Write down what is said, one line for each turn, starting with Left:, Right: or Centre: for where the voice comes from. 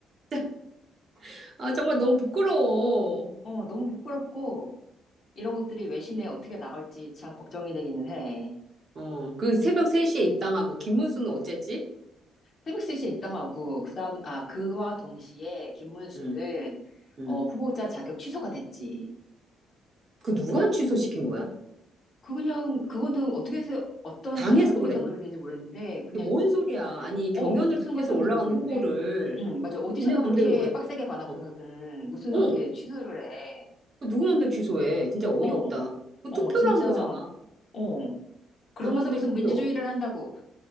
Right: <laughs> 아, 정말 너무 부끄러워.
Left: 어, 너무 부끄럽고, 이런 것들이 외신에 어떻게 나갈지 참 걱정이 되기는 해.
Right: 어, 그 새벽 3시에 입당하고 김문수는 어쨌지?
Left: 새벽 3시에 입당하고 그다음 아 그와 동시에 김문수는
Right: 응, 응.
Left: 어, 후보자 자격 취소가 됐지.
Right: 그 누가 취소시킨 거야?
Left: 그 그냥 그거는 어떻게 해서 어떤
Right: 당에서
Left: 과정을 통해서
Right: 그랬나?
Left: 그걸 된지 모르겠는데 그냥
Right: 이게 뭔 소리야? 아니, 경연을
Left: 어 무슨
Right: 통해서
Left: 과정인지
Right: 올라간
Left: 모르겠는데
Right: 후보를
Left: 응 맞아 오디션을
Right: 지네
Left: 그렇게
Right: 맘대로 왜?
Left: 빡세게 봐놓고서는
Right: 어,
Left: 무수는
Right: 어.
Left: 어떻게 취소를 해.
Right: 그 누구 맘대로 취소해? 진짜 어이없다.
Left: 어
Right: 그
Left: 어,
Right: 투표로
Left: 진짜
Right: 한 거잖아.
Left: 어 그러면서
Right: 당원들
Left: 무슨
Right: 투표.
Left: 민주주의를 한다고.